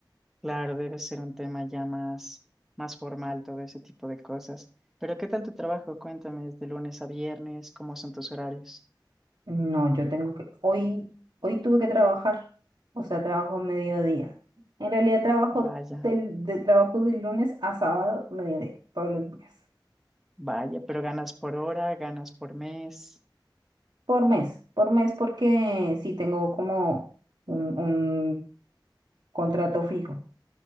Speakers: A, in the centre; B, on the right.
A: Claro, debe ser un tema ya más, más formal, todo ese tipo de cosas. Pero ¿qué tal tu trabajo? Cuéntame, ¿es de lunes a viernes? ¿Cómo son tus horarios?
B: No, yo tengo que, hoy, hoy tuve que trabajar, o sea, trabajo mediodía. En realidad trabajo
A: Vaya,
B: del, de, trabajo de lunes a sábado, mediodía, todos los días.
A: vaya, pero ganas por hora, ganas por mes,
B: Por mes, por mes, porque sí tengo como un, un contrato fijo.